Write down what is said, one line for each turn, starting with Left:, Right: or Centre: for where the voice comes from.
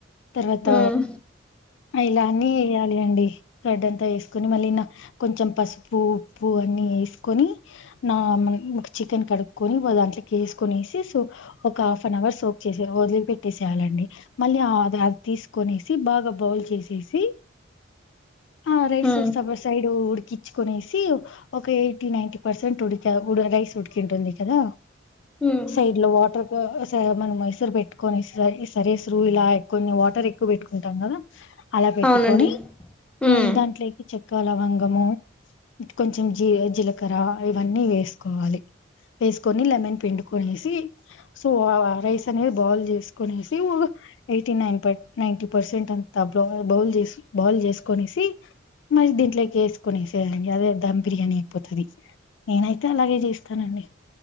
Left: తర్వాత
Centre: మ్మ్
Left: ఇలా అన్ని వేయాలి అండి కార్డెన్ వేసుకొని మళ్ళీ కొంచెం పసుపు ఉప్పు అన్నీ వేసుకొని నా చికెన్ కడుక్కొని ఒక దాంట్లో వేసుకొనేసి ఒక హాఫ్ అన్ అవర్ సోప్ చేసి వదిలిపెట్టేసేయాలండి మళ్ళీ అది అది తీసుకొనేసి బాగా బౌల్ చేసేసి ఆ రైస్
Centre: మ్మ్
Left: సబా సైడు ఉడ్కి చ్ కోనేసి ఒక ఎయిటీ నైన్టీ పర్సెంట్ ఉడిక ఉడ రైస్ ఉడికింటుంది కదా
Centre: మ్మ్
Left: సైడ్ లో వాటర్ ఓ సర్ మనం మైస్ ర్ పెట్టుకొనే స్ ఇస్ సరే ఇస్రు ఇలా కొన్ని వాటర్ ఎక్కు బెట్ కుంటాం కదా అలా పెట్టుకొని
Centre: అవునండి మ్మ్
Left: ఉమ్ దాంట్లే క్ చెక్క వంగము కొంచెం జీ జీలకర్ర ఇవన్నీ ఏస్ కోవాలి ఏస్ కొని లెమన్ పిండు కోనేసి సో వా వా రైస్ అనేద్ బాల్ జేస్ కోనేసి ఉగ ఎయిటీన్ నైన్ పై నైన్టీ పర్స్ సేంట్ అంతా బ్రౌన్ బౌల్ జేషి బౌల్ జేష్ కోనేసి మల్ దీంట్లో కేసుకొనిసేయళ్ళండి అదే దమ్ బిర్యానీ అయిపోతది నేనైతే అలాగే చేస్తానండి